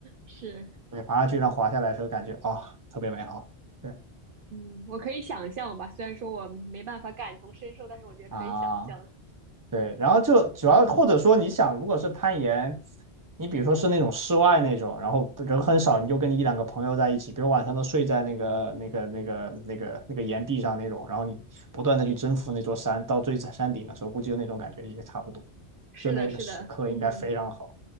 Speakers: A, on the right (about 60°); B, on the right (about 20°).
A: 是，
B: 对，爬上去让滑下来的时候感觉啊、特别美好，对
A: 嗯，我可以想象吧。虽然说我没办法感同身受，但是我觉得可以想象。
B: 啊，对，然后就主要或者说你想，如果是攀岩，你比如说是那种室外那种，然后人很少，你就跟你一两个朋友在一起，比如晚上都睡在那个那个那个那个那个岩壁上那种，然后你不断的去征服那座山，到最山顶的时候，估计就那种感觉也差不多，
A: 是的，
B: 就那个时刻应该非常好。
A: 是的，嗯，